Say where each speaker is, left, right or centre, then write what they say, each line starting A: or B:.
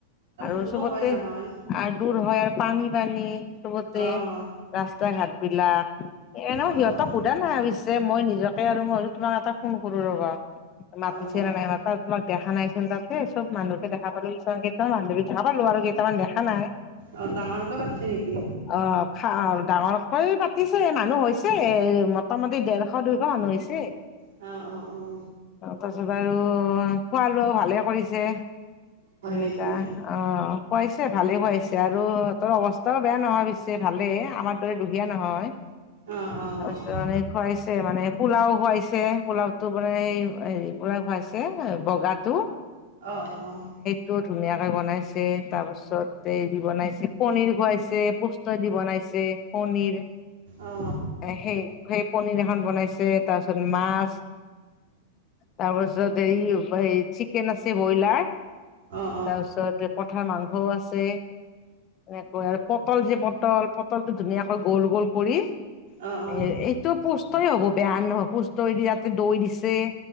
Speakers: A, on the left; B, on the right.
A: আৰু
B: দূৰো
A: চবতে
B: হয় নহয়
A: আৰু দূৰ হয় আৰু পানী-পানী। চবতে
B: অঁ
A: ৰাস্তা-ঘাট
B: অঁ
A: বিলাক, এনে
B: অঁ
A: সিহঁতক সোধা নাই অৱশ্যে, মই নিজকে আৰু মই তোমাক এটা ফোন কৰোঁ ৰবা। মাতিছে
B: অঁ
A: না নাই মাতা, তোমাক দেখা নাইচোন তাত? সেই চ'ব মানুহকে দেখা পালোঁ, কিছুমান-কেইামান বান্ধৱীক দেখা পালোঁ আৰু কেইামান দেখা নাই।
B: অ, ডাঙৰকে পাতিছে নেকি?
A: অ খা, ডাঙৰকৈ পাতিছে মানুহ হৈছে, মোটামটি দেৰশ, দুইশ মানুহ হৈছে।
B: অ, অ, অ,
A: চাব আৰু খোৱালোৱা ভালে কৰিছে,
B: হয়
A: এনেকুৱা
B: নেকি
A: অ, খোৱাইছে ভালে খুৱাইছে আৰু সিহঁতৰ অৱস্থাও বেয়া নহয় পিছে ভালেই। আমাৰ দৰে দুখীয়া নহয়,
B: অঁ অঁ
A: তাৰপিছত মান খোৱাইছে মানে, পোলাওঁ খুৱাইছে, পোলাওঁতো মানে স হেৰি পোৰা খুৱাইছে, বগাটো।
B: অ, অ, অ,
A: টো, ধুনীয়াকে বনাইছে তাৰপিছত হেৰি বনাইছে পনিৰ খুৱাইছে, প দি বনাইছে, পনীৰ
B: অঁ অঁ
A: সেই সেই পনিৰ এখন বনাইছে, তাৰ পিছত মাছ। তাৰপাছত এইৰি এই চিকেন আছে ব্ৰইলাৰ,
B: অঁ অঁ
A: তাৰপিছত পথাৰ মাংসও আছে। এনেকৈ আৰু পটল যে, পটল, পটলটো ধুনীয়াকৈ গোল গোল কৰি।
B: অঁ অঁ অঁ
A: এ, এইটো পুষ্টই হ'ব, বেয়া নহয়, পুষ্টইদি তাতে দৈ দিছে।